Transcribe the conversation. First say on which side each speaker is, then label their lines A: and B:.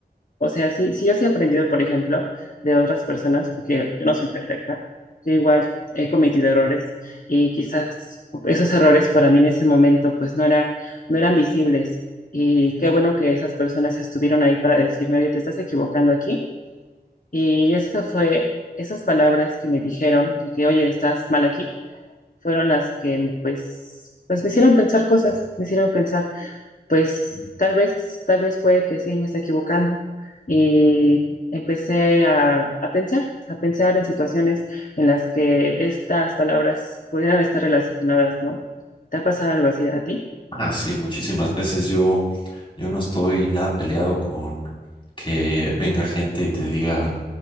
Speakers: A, on the left; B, on the left.
A: o sea, sí, sí, yo sí he aprendido, por ejemplo, de otras personas, porque yo no soy perfecta. Yo igual he cometido errores y quizás esos errores para mí en ese momento pues no era, no eran visibles. Y qué bueno que esas personas estuvieron ahí para decirme, oye, te estás equivocando aquí. Y eso fue, esas palabras que me dijeron, de que, oye, estás mal aquí, fueron las que pues, pues me hicieron pensar cosas, me hicieron pensar pues tal vez, tal vez puede que sí me esté equivocando. Y empecé a, a pensar, a pensar en situaciones en las que estas palabras pudieran estar relacionadas, ¿no? ¿Te ha pasado algo así a ti?
B: Ah, sí, muchísimas veces yo, yo no estoy nada peleado con que venga gente y te diga